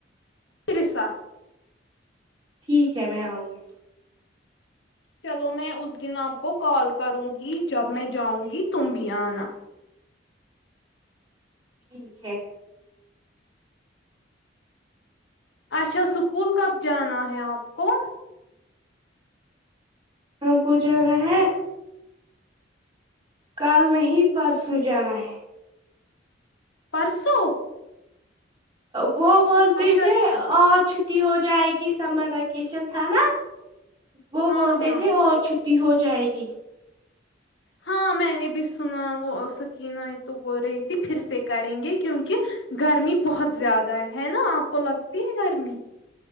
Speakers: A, on the left; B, on the right.
A: پھر سات
B: ٹھیک ہے میں آؤں گی
A: چلو میں اس دن آپ کو کال کروں گی جب میں جاؤں گی تم بھی آنا
B: ٹھیک ہے
A: اچھا سکول کب جانا ہے آپ کو
B: ہم کو جارہا ہے کل نہیں پرسوں جانا ہے
A: پرسوں
B: وہ بولتی
A: اچھا
B: کے آج چھ ٹی ہو جائے گی سمر ویکیشن تھا نا وہ
A: ہاں
B: بولتے
A: ہاں
B: تھے اور چھٹی ہو جائے گی
A: ہاں میں نے بھی سنا وہ سکینہ یہ تو بول رہی تھی پھر سے کریں گے کیونکہ گرمی بہت زیادہ ہے ہے نا آپ کو لگتی ہے گرمی